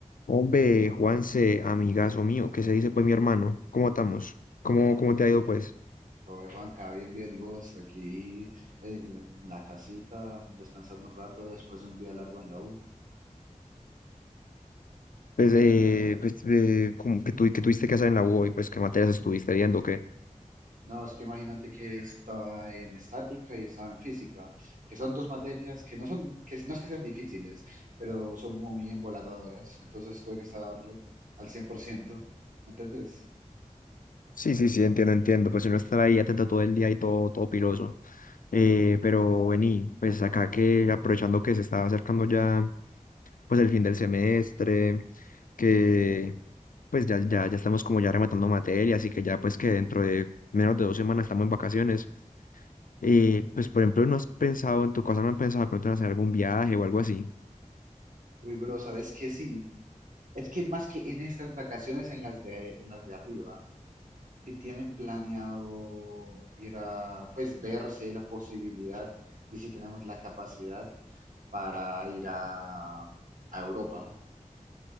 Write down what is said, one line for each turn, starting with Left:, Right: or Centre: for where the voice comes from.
Left: Hombre, Juanse, amigazo mío, ¿qué se dice pues mi hermano? ¿Cómo estamos? ¿Cómo, cómo te ha ido pues?
Right: Oye, Juanca, bien, bien, y vos aquí eh, en la casita, descansando un rato después de un día largo en la U.
Left: Pues, eh, pues eh, como que, tu- que tuviste que hacer en la U y pues qué materias estuviste viendo, qué.
Right: No, es que imagínate que estaba en estática y estaba en física, que son dos materias que no son, que no es que sean difíciles, pero son muy embolatadoras, entonces tuve que estar al 100%, ¿me entendés?
Left: Sí, sí, sí, entiendo, entiendo. Pues uno estar ahí atento todo el día y todo, todo piloso. Eh, pero vení, pues acá que aprovechando que se está acercando ya pues el fin del semestre, que pues ya, ya, ya estamos como ya rematando materias y que ya pues que dentro de menos de dos semanas estamos en vacaciones. Y pues, por ejemplo, ¿no has pensado en tu casa no han pensado de pronto en hacer algún viaje o algo así?
Right: Uy, bro, ¿sabes qué? Sí, es que más que en estas vacaciones, en las de, en las de arriba. si tienen planeado ir a, pues, ver si hay la posibilidad y si tenemos la capacidad para ir a, a Europa.